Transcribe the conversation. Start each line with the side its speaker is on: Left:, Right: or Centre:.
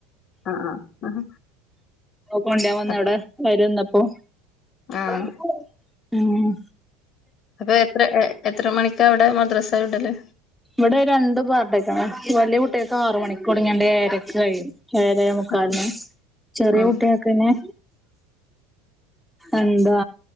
Left: അഹ് ആഹ്
Centre: ഓം കൊണ്ട്‌രാം വന്നവടെ
Left: അപ്
Centre: വരൊന്നപ്പൊ
Left: ആഹ്
Centre: ആഹ്.
Left: പേ എത്ര ഏ എത്ര മണിക്കാ അവടെ മദ്രാസ വിടല്?
Centre: ഇവ്ടെ രണ്ടുപാർട്ടായിട്ടാണ്‌. വല്ല്യ കുട്ട്യാക്കാറ് മണിക്കൊടങ്ങ്യാണ്ട്‌ ഏയരക്ക് കയ്യും. ഏയെര ഏയേ മുക്കാല്ന്
Left: ആഹ്
Centre: ചെറ്യേ
Left: ഉം
Centre: കുട്ട്യാക്കന്നെ എന്താ